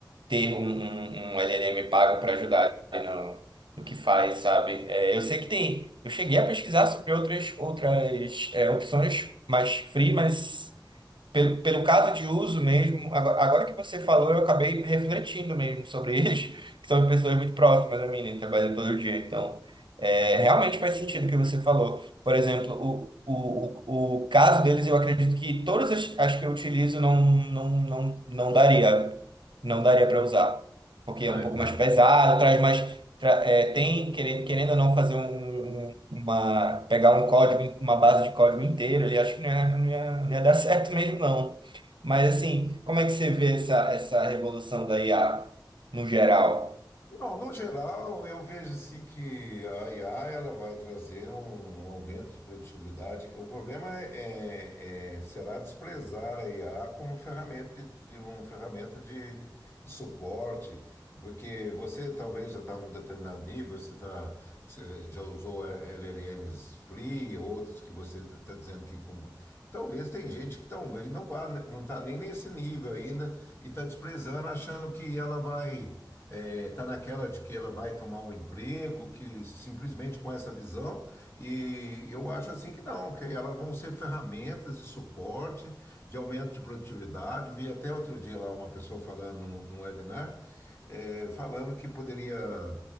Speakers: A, on the right (about 80°); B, on the left (about 30°).
A: ter um, um, um LLM pago para ajudar no, no que faz, sabe? É, eu sei que tem. Eu cheguei a pesquisar sobre outras, outras é, opções mais free, mas pelo, pelo caso de uso mesmo, agora, agora que você falou, eu acabei refletindo mesmo sobre <laughs> eles, que são pessoas muito próximas a mim, né? Trabalham todo dia, então. é, realmente faz sentido o que você falou. Por exemplo, o, o, o o caso deles, eu acredito que todas as, as que eu utilizo não, não, não, não daria não daria para usar, porque
B: Ah,
A: é um
B: então.
A: pouco mais pesado, traz mais, tra- é, tem querendo, querendo ou não fazer um, um- uma, pegar um código, uma base de código inteiro, ele acho que não ia, não ia, não ia dar <laughs> certo mesmo não. Mas assim, como é que você vê essa, essa revolução da IA no geral?
B: Não, no geral, eu vejo assim que a IA ela vai trazer um, um aumento de produtividade. O problema é, é- é, será desprezar a IA como ferramenta de, de uma ferramenta de, de suporte, porque você talvez já está num determinado nível, você tá, você já usou LLMs free, outros que você está dizendo que com- Talvez tem gente que talvez não vá, não está nem nesse nível ainda e está desprezando, achando que ela vai é, tá naquela de que ela vai tomar um emprego, que simplesmente com essa visão, e eu acho assim que não, que elas vão ser ferramentas de suporte, de aumento de produtividade. Vi até outro dia lá uma pessoa falando num, num webinar é, falando que poderia